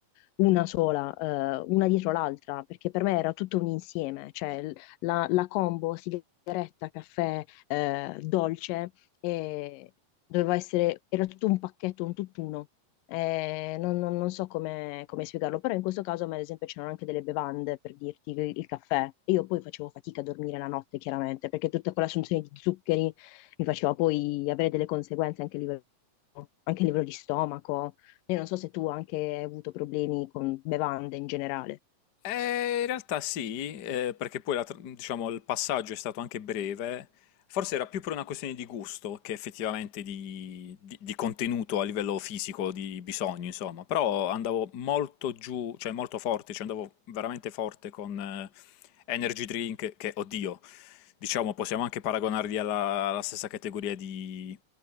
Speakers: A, on the left (about 80°); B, on the left (about 50°).
A: una sola, eh, una dietro l'altra, perché per me era tutto un insieme, cioè l- la, la combo sigaretta, caffè, eh, dolce, e doveva essere, era tutto un pacchetto, un tutt'uno. Eh, non, non- non so come, come spiegarlo, però in questo caso a me, ad esempio, c'erano anche delle bevande per dirti il, il caffè. E io poi facevo fatica a dormire la notte, chiaramente, perché tutta quell'assunzione di zuccheri mi faceva poi avere delle conseguenze anche a livello, anche a livello di stomaco. Io non so se tu anche hai avuto problemi con bevande in generale.
B: Eh, in realtà sì, eh, perché poi la tra- diciamo, il passaggio è stato anche breve. Forse era più per una questione di gusto che effettivamente di, di- di contenuto a livello fisico, di bisogno, insomma. Però andavo molto giù, cioè molto forte, cioè andavo veramente forte con eh, energy drink, che, oddio, diciamo, possiamo anche paragonarli alla, alla stessa categoria di,